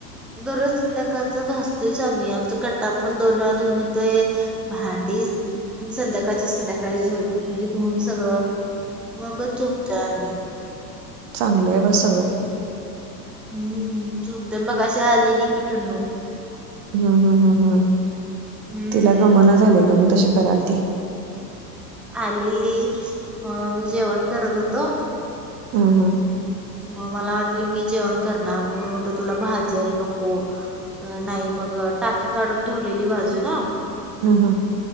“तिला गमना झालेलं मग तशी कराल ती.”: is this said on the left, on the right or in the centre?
Right